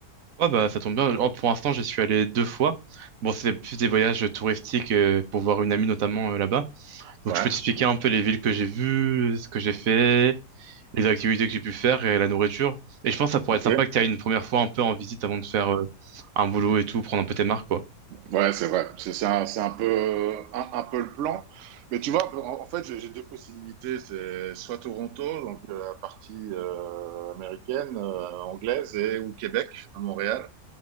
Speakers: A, on the right; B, on the right.
A: Ouais, bah, ça tombe bien. Oh, pour l'instant, j'y suis allé deux fois. Bon, c'est plus des voyages touristiques euh, pour voir une amie notamment euh, là-bas. Donc,
B: Ouais,
A: je peux t'expliquer un peu les villes que j'ai vues, ce que j'ai fait, les activités que j'ai pu faire et la nourriture. Et je pense que ça pourrait
B: ok.
A: être sympa que tu ailles une première fois un peu en visite avant de faire euh, un boulot et tout, prendre un peu tes marques, quoi.
B: Ouais, c'est vrai. C'est c'est un, c'est un peu, euh, un, un peu le plan. Mais tu vois, en, en fait, j'ai j'ai deux possibilités. C'est soit Toronto, donc euh, la partie euh, américaine, euh, anglaise, et, ou Québec, à Montréal.